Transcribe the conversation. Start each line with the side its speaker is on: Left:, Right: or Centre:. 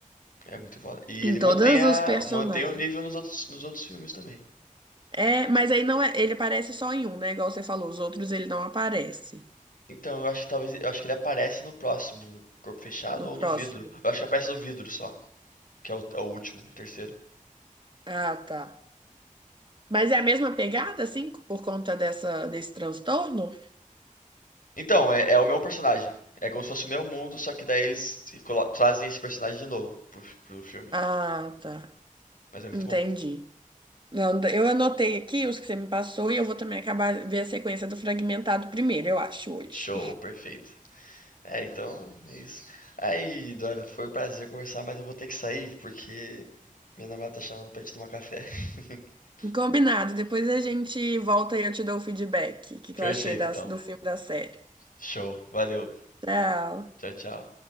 Left: é muito foda. E
Right: em
Left: ele
Right: todos
Left: mantém a
Right: os personagens.
Left: mantém o nível nos outros nos outros filmes também.
Right: É, mas aí não é, ele aparece só em um, né? Igual você falou, os outros ele não aparece
Left: Então, eu acho que talvez, eu acho que ele aparece no próximo, no corpo fechado
Right: no
Left: ou
Right: próximo.
Left: no vidro. Eu acho que aparece no vidro só, que é o, é o último, o terceiro.
Right: Ah, tá. Mas é a mesma pegada, assim, por conta dessa, desse transtorno?
Left: Então, é, é o mesmo personagem. É como se fosse o mesmo mundo, só que daí eles se colo- trazem esse personagem de novo pro, pro filme.
Right: Ah, tá.
Left: Mas é muito
Right: Entendi.
Left: bom.
Right: Não, eu anotei aqui os que você me passou e eu vou também acabar ver a sequência do fragmentado primeiro, eu acho, hoje.
Left: Show, perfeito. É, então, é isso. Aí, Dora, foi um prazer conversar, mas eu vou ter que sair porque minha namorada tá chamando pra gente tomar café. <laughs>
Right: <laughs> Combinado, depois a gente volta e eu te dou o feedback, o que
Left: Perfeito,
Right: que eu achei das-
Left: então.
Right: do filme da série.
Left: Show, valeu.
Right: Tchau.
Left: Tchau, tchau.